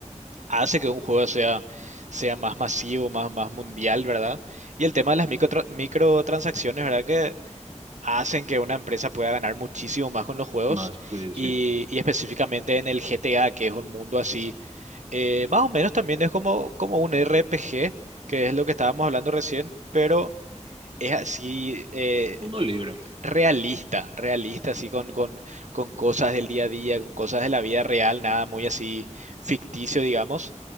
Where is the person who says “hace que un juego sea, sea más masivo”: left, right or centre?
Right